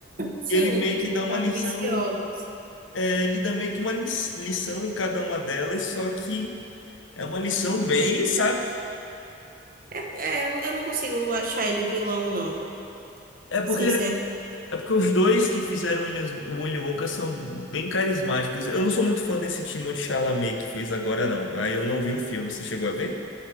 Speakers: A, on the right; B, on the left.
A: Sim,
B: Ele meio que dá uma
A: São ambiciosos.
B: lição em. é, ele dá meio que uma lis- lição em cada uma delas, só que é uma lição bem, sabe?
A: é, é, eu não consigo achar ele vilão, não.
B: É porque
A: Sincero,
B: É porque os dois que fizeram o Williams- o Willy Wonka são bem carismáticos. Eu não sou muito fã desse Timothée Chalamet que fez agora, não. Aí eu não vi o filme. Você chegou a ver?